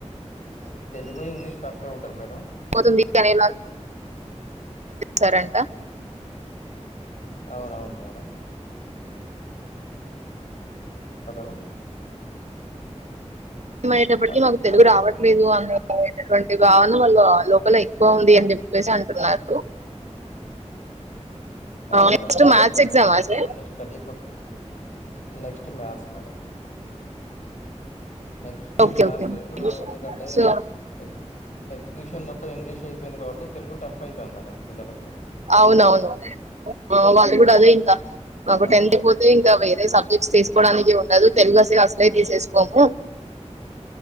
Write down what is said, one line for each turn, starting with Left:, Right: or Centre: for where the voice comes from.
Left: తెలుగు, ఇంగ్లీష్ టఫ్య్ ఉంటది మేడం
Right: పోతుంది కానీ సారంట
Left: అవునవును మేడం ఆలో
Right: మయ్యేటప్టకీ
Left: అ
Right: మాకు తెలుగు
Left: హలో
Right: రావట్లేదు అనే టువంటి భావన వాళ్ళ లోపల ఎక్కువ ఉంది అంజెప్పేసి అంటున్నారు
Left: అవును
Right: నెక్స్ట్
Left: మేడం ఎందుకంటే
Right: మ్యాథ్స్
Left: ఇప్పుడు
Right: ఎగ్జామా
Left: మొత్తం
Right: సార్
Left: అన్ని study for next maths madam next
Right: okay
Left: maths
Right: okay
Left: ఇప్పుడు ఎందుకంటే
Right: సో
Left: ఎ ఎడ్యుకేషన్ మొ ఇంగ్లీష్ అయిపోయింది కాబట్టి తెలుగు టఫ్ అయితన్దంట పిల్లలకు
Right: అవునవును వాళ్ళు కూడా అదే ఇంకా
Left: ఆ!
Right: మాకు
Left: అవునవును
Right: టెన్త్ పోతే
Left: మేడం
Right: ఇంకా వేరే సబ్జెక్ట్స్ తీసుకోవడానికి
Left: హ్మ్.
Right: ఉండదు తెలుగు అస్లె అసలే తీసేసుకోము